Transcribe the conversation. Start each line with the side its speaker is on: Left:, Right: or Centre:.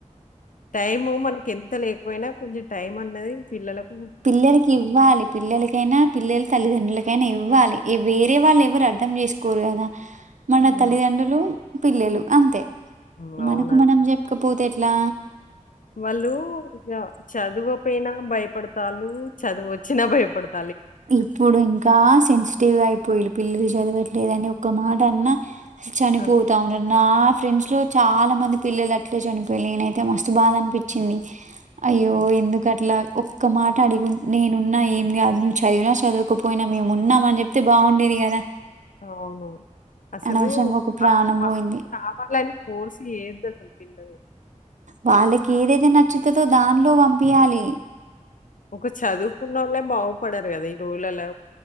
Left: టైము మనకి ఎంత లేకపోయినా కొంచెం టైం అన్నది పిల్లలక్
Right: పిల్లలకి ఇవ్వాలి పిల్లలకైనా పిల్లల తల్లిదండ్రలకైనా ఇవ్ వ్వాలి వేరే వాళ్ళు ఎవరు అర్థం చేసుకోరు కదా. మన
Left: హ్మ్.
Right: తల్లిదండ్రులు పిల్లలు అంతే
Left: హ్మ్.
Right: మనకు
Left: అవునండి.
Right: మనం చెప్పుకొ పోతే ఎట్లా.
Left: వాళ్ళు ఇగ చదువపోయినా భయపడతాల్లు చదువు వచ్చినా భయపడత్
Right: ఇప్పుడు ఇంకా సెన్సిటివ్గా అయిపోయిళ్ళు పిల్లలు చదివట్ల్ లేదని ఒక్క మాట అన్నా చనిపోతా
Left: ఆ!
Right: ఉన్నరు నా. ఫ్రెండ్స్ లో చాలా మంది పిల్లలు అట్లే చనిపోయిల్లు న నేనైతే మస్తు బాధ అనిపించింది. అయ్యో
Left: ఆ!
Right: ఎందుకు అట్లా ఒక్క మాట అడిగి ఉ నేనున్నా ఏం గాదు ను చదివినా చదువకపోయినా మేము ఉన్నాం అని చెప్తే బాగుండేది కదా.
Left: అవును అసలు
Right: అనవసరంగా ఒక
Left: బగా
Right: ప్రాణం బోయింది.
Left: రా కావాలని ఫోర్స్ చెయ్యద్దు పిల్లల్ని
Right: వాళ్ళకి ఏదైతే నచ్చుతదో దానిలో పంపియాలి
Left: ఒక చదువుకున్నోళ్ళే బాగుపడరు కదా ఈ రోజు లల్లా